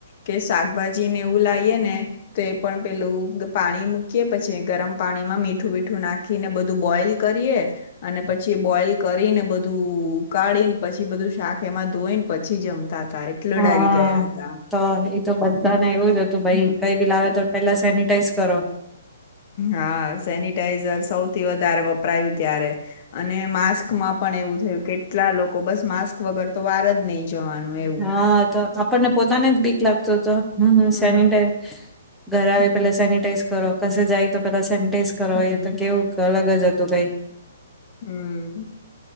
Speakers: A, on the left; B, in the centre.
A: કે શાકભાજીને એવું લીઈએ ને તો એ પણ પેલું પાણી મૂકીએ, પછી ગરમ પાણીમાં મીઠું મીઠું નાખીને બધું બોઈલ કરીએ અને પછી પછ બોલ કરીને બધું ઉકાળી ને પછી બધું શાક એમાં ધોઈ ને પછી જમતા હતા એટલો
B: હા
A: ડરી ગયા હતા.
B: તો એ તો બધાને એવું જ હતું ભાઈ
A: હમ.
B: કઈ બી લાવે તો પેલા સેનિટાઈઝ કરો.
A: હા સેનિટાઈઝર સૌથી વધારે વપરાયું ત્યારે અને માસ્કમાં પણ એવું થયું કેટલા લોકો બસ માસ્ક વગર તો વાર જ નહી. જવાનું એવું.
B: હા તો આપણને પોતાને જ બીક લાગત હતો હમ્મ હમ્મ
A: હમ
B: સેનટાઈ ઘરે આવે
A: હમ
B: પેલા સેનિટાઈઝ કરો. કશ જાય તો પેલા સેની ટીઝ કર
A: હમ
B: તો કેવું અલગ જ જતુ રેય
A: હમ્મ